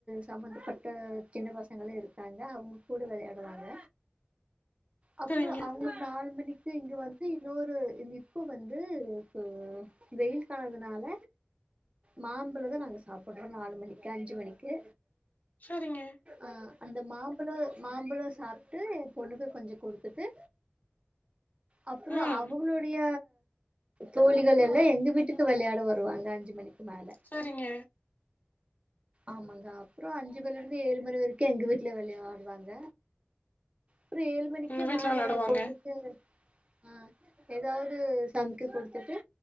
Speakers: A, on the right; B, on the left.
A: சம்பந்தப்பட்ட சின்ன பசங்களும் இருக்காங்க அவங்க கூட விளையாடுவாங்க அப்பறோ
B: சரிங்க.
A: அ ஒரு நாலு மணிக்கு இங்க வந்து இன்னொரு இப்போ வந்து கொ வெயில் காலதுனால மாம்பழதான் நாங்க சாப்ப அ நாலு மணிக்கு அஞ்சு மணிக்கு
B: சரிங்க.
A: ஆ அந்த மாம்பழம் மாம்பழம் சாப்ட்டு என் பொண்ணுக்கு கொஞ்சோ குடுத்துட்டு அப்புறம்
B: ம்
A: அவங்களுடைய தோழிகள் எல்லாம் எங்க வீட்டுக்கு விளையாட வருவாங்க அஞ்சு மணிக்கு மேல
B: சரிங்க
A: ஆமாங்க அப்புறம் அஞ்சு மணில இருந்து ஏழு மணி வரிக்கும் எங்க வீட்ல வெளயாடுவாங்க அப்றம் ஏழு மணிக்கு
B: எங்க வீட்ல
A: நா
B: வெளாடுவாங்க
A: ஏன் பொண்ணுக்கு ஆ ஏதாவது சமைக்க குடுத்துட்டு